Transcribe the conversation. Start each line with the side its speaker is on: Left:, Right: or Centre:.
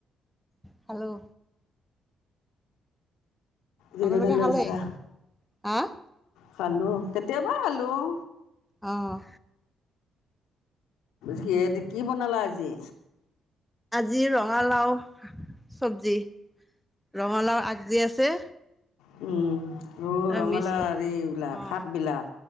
Centre: খালো।
Left: জিৰণি
Centre: আপোনালোকে
Left: লৈছা।
Centre: খালে হা।
Left: খালো কেতিয়াবাই খালো অ
Centre: অহ।
Left: কিহেদি কি বনালা আজি।
Centre: আজি ৰঙালাও চব্জি ৰঙালাও আগজি আছে
Left: উম অ
Centre: তাৰ
Left: ৰঙালাও
Centre: মিক্স
Left: হেৰিবিলাক
Centre: অঁ
Left: শাকবিলাক